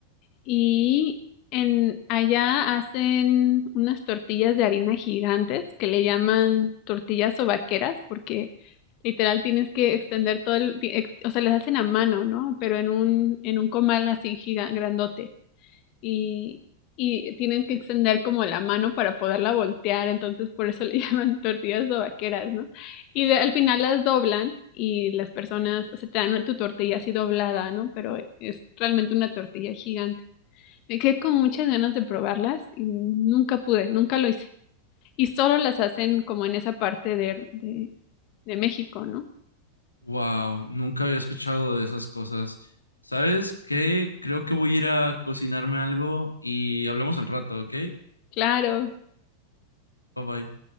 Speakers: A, on the left; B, on the left.
A: y en allá hacen unas tortillas de harina gigantes que le llaman tortillas o vaqueras porque literal tienes que extender todo el, ti- ex- o sea, las hacen a mano, ¿no? Pero en un, en un comal así giga- grandote. y, y tienen que extender como la mano para poderla voltear, entonces por eso le <laughs> llaman tortillas vaqueras, ¿no? Y de- al final las doblan y las personas, o sea, te dan tu tortilla así doblada, ¿no? Pero es realmente una tortilla gigante. Me quedé con muchas ganas de probarlas y nunca pude, nunca lo hice. Y solo las hacen como en esa parte de, de, de México, ¿no?
B: Wow, nunca había escuchado de esas cosas. ¿Sabes qué? Creo que voy a ir a cocinarme algo y hablamos al rato, ¿ok?
A: Claro.
B: Bye bye.